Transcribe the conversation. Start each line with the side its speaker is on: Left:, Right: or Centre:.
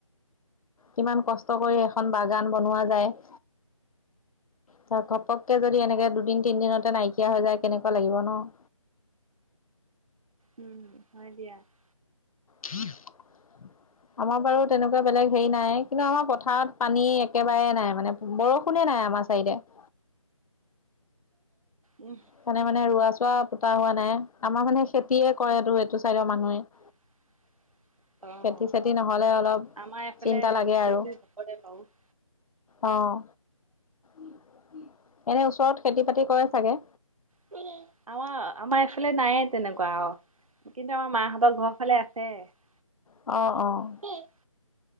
Left: কিমান কষ্ট কৰি এখন বাগান বনোৱা যায়। <inaudible> ত ঘপককে যদি এনেকে দুদিন-তিনদিনতে নাইকিয়া হৈ যায় কেনেকুৱা লাগিব ন। <inaudible>
Right: উম! হয় দিয়া। <unintelligible>
Left: <unintelligible> আমাৰ বাৰু তেনেকুৱা বেলেগ হেৰি নাই কিন্তু আমাৰ পথাৰত পানী <unintelligible> একেবাৰে নাই মানে বৰষুণে নাই আমাৰ চাইডে। <unintelligible>
Right: <inaudible> উম <unintelligible>
Left: সেই কাৰণে মানে ৰোৱা-চোৱা পতা হোৱা নাই। আমাৰ মানে খেতিয়ে কৰেটো এইটো চাইডৰ মানুহে। <inaudible>
Right: <inaudible> অঁ!
Left: খেতি চেতি নহ'লে অলপ
Right: আমাৰ এইফালে
Left: চিন্তা
Right: খেতি
Left: লাগে আৰু
Right: নকৰে বাৰু। <inaudible>
Left: অঁ! <inaudible> এনেই ওচৰত খেতি-বাতি কৰে চাগে?
Right: <unintelligible> আমাৰ-আমাৰ এইফালে নায়ে তেনেকুৱা আৰু কিন্তু আমাৰ মাহঁতৰ ঘৰৰ ফালে আছ আছে। <unintelligible>
Left: অ-অ! <inaudible>
Right: <unintelligible>